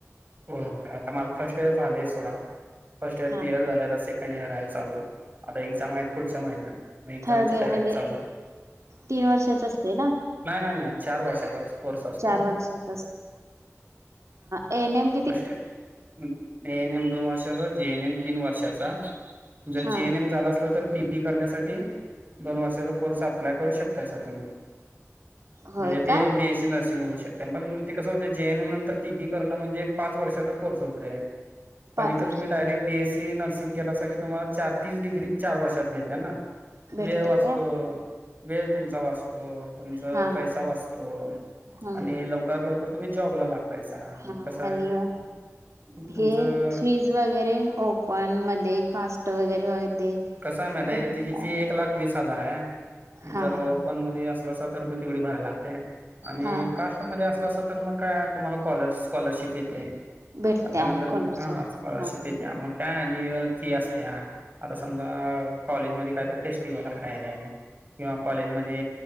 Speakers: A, on the right; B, on the right.
A: होय होय आता माझं फर्स्ट इयर झालंय सोडा, फर्स्ट इयर
B: हा
A: क्लिअर झालय आता से कंड इयर आहे चालू, आता एक्झाम आहे पुढच्या महिन्या मग एक्झाम
B: थर्ड
A: ची
B: इयर
A: तयारी
B: म्हणजे
A: चालूय.
B: तीन वर्षाच असतेय ना.
A: नाही नाही नाही चार वर्षाचा कोर्स असतो.
B: चार वर्षाच NM
A: first year, A N M दोन वर्षाचा, जी एन एम तीन वर्षाचा. जर
B: हा
A: जी एन एम झाला असलं तर पी बी करण्यासाठी, दोन वर्षाचा कोर्स अप्लाय करू शकताय सा तुम्ही.
B: होय
A: म्हणजे ते
B: का
A: बी एस सी नर्सिंग म्हणू शकताय, मग ते कसं होतेय जी एन एम नंतर पी बी करणं म्हणजे ते एक पाच वर्षाचा कोर्स होतोय,
B: पाच
A: पण इथ
B: वर्षात
A: तुम्ही direct B S C nursing केलासा की तुम्हाला चार, तीचं डिग्री चार वर्षात मिळते ना.
B: भेटत्या
A: वेळ वाचतो.
B: काय
A: वेळ तुमचा वाचतो, तुमच
B: हा
A: पैसा वाचतो,
B: हा
A: आणि लवकर लव कर तुम्ही जॉबला लागतायसा.
B: हा
A: कसं
B: आणि
A: आहे
B: अह
A: तुमचं
B: हे शी फीज वगैरे ओपन मध्ये, कास्ट वगैरे मध्ये.
A: कसं आहे माहितीय
B: कसं
A: तिची
B: काय
A: फी एक लाख वीस हजार आहे
B: हा
A: जर ओपन
B: हा
A: मध्ये असलसा तर मग तेवढी भरायला लागते आणि
B: हा
A: कास्ट मध्ये असलं असं तर मग काय तुम्हाला कॉलर स्कॉलरशिप येत ते मग
B: भेटत्या
A: त्यानंतर
B: स्कॉलरशिप
A: ह स्कॉलरशिप
B: हा
A: येते मग काय अनुअल फी असतेया आता समजा कॉलेजमध्ये कायतर फेस्टिवल आहे किंवा कॉलेजमध्ये